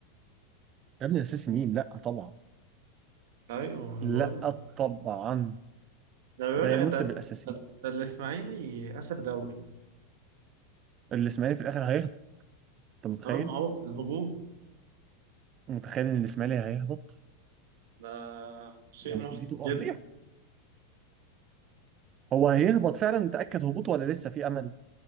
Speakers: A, on the right; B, on the right.
A: يا ابني الاساسي مين لا طبعا
B: ايوه انا
A: لا
B: بقول لك.
A: طبعا
B: ده بيقول
A: لا
B: لك
A: يمت
B: ده ده
A: بالاساسي
B: ده الاسماعيلي اخر دوري
A: الاسماعيلي في الاخر هيهبط انت متخيل؟
B: اه ما هو في الهبوط
A: متخيل ان الاسماعيلي هيهبط؟
B: ده شيء
A: يعني
B: محزن
A: دي تبقى
B: جدا
A: فضيحه هو هيهبط فعلا متاكد هبوطه ولا لسه في امل؟